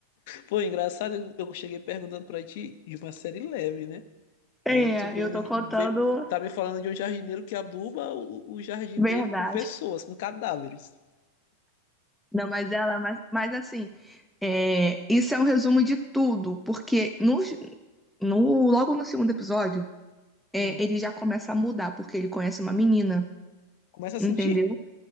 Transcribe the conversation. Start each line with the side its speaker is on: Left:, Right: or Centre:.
Left: pô, engraçado, eu eu cheguei perguntando pra ti de uma série leve, né? Aí
Centre: É,
Left: tu veio
Centre: eu
Left: me,
Centre: tô contando
Left: veio- tá me falando de um jardineiro que aduba o, o jardim
Centre: verdade.
Left: dele com pessoas, com cadáveres.
Centre: Não, mas ela, mas, mas assim, é, isso é um resumo de tudo, porque nos, No, logo no segundo episódio, é,
Left: Sim.
Centre: ele já começa a mudar, porque ele conhece uma menina,
Left: Começa a
Centre: entendeu?
Left: sentir?